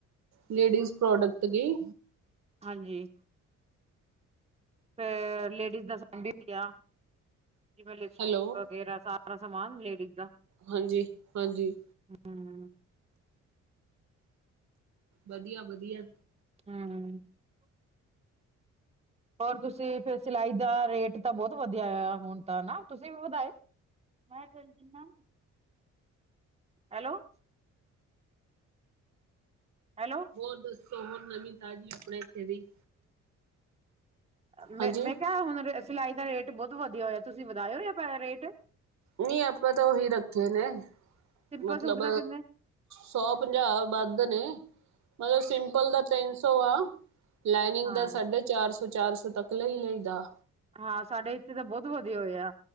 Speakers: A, on the right (about 65°); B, on the right (about 20°).
A: ਲੇਡੀਜ਼ ਪ੍ਰੋਡਕਟ ਦੀ
B: ਹਾਂਜੀ। ਫੇਰ ਲੇਡੀਜ਼ ਦਾ ਵੀ ਹੋਗਾ। ਜਿਵੇਂ ਲਿਸਟ
A: ਹੈਲੋ
B: ਵਗੈਰਾ ਸਾਰੇ ਸਾਰਾ ਸਮਾਨ ਲੇਡੀਜ਼ ਦਾ।
A: ਹਾਂਜੀ- ਹਾਂਜੀ।
B: ਹੂੰ,
A: ਵਧੀਆ- ਵਧੀਆ।
B: ਹੂ- ਹੂ। ਰ ਤੁਸੀਂ ਫਿਰ ਸਿਲਾਈ ਦਾ ਰੇਟ ਤਾਂ ਬਹੁਤ ਵਧਿਆ ਆ ਹੁਣ ਤਾਂ ਨਾ ਤੁਸੀਂ ਵੀ ਵਧਾਏ। ਮੈਂ ਫਿਰ ਦੇਨਾ। ਹੈਲੋ, ਹੈਲੋ,
A: ਹੋਰ ਦੱਸੋ ਹੋਰ ਨਵੀਂ ਤਾਜ਼ੀ ਆਪਣੇ ਦੀ
B: ਮੈਂ,
A: ਹਾਂਜੀ।
B: ਮੈਂ ਕਿਹਾ, ਹੁਣ ਸਿਲਾਈ ਦਾ ਰੇਟ ਬਹੁਤ ਵਧੀਆ ਹੋਇਆ। ਤੁਸੀਂ ਵਧਾਇਓ ਯ ਰੇਟ।
A: ਨਹੀਂ, ਆਪਾਂ ਤਾਂ ਉਹੀ ਰੱਖੇ ਨੇ,
B: ਸਿੰਪਲ
A: ਮਤਲਬ
B: ਸੂਟ ਦਾ ਕਿੰਨੇ
A: ਸੌ ਪੰਜਾਹ ਵੱਧ ਨੇ। ਮਤਲਬ ਸਿੰਪਲ ਦਾ ਤਿੰਨ ਸੌ ਆ। ਲਾਈਨਿੰਗ
B: ਹਾਂ
A: ਦਾ ਸਾਢੇ ਚਾਰ ਸੌ, ਚਾਰ ਸੌ ਤੱਕ ਲਈ ਲਈਦਾ।
B: ਹਾਂ, ਸਾਡੇ ਇੱਥੇ ਤਾਂ ਬਹੁਤ ਵਧੀਆ ਹੋਏ ਆ।